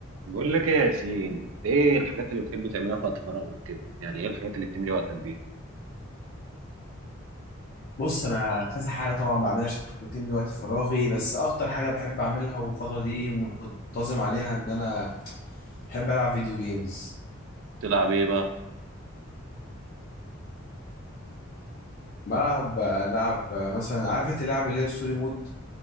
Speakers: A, on the right; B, on the left.
A: بقول لك ايه يا ياسين انت ايه الحاجات اللي بتحب تعملها في وقت فراغك كده يعني ايه الحاجات اللي بتملي وقتك بيها
B: بص انا كذا حاجه طبعا بعملها عشان التقييم دي وقت فراغي بس اكتر حاجه بحب اعملها والفتره دي منتظم عليها ان انا بحب العب فيديو جيمز
A: تلعب ايه بقى
B: بلعب لعب مثلا عارف اللعب اللي هي ستوري مود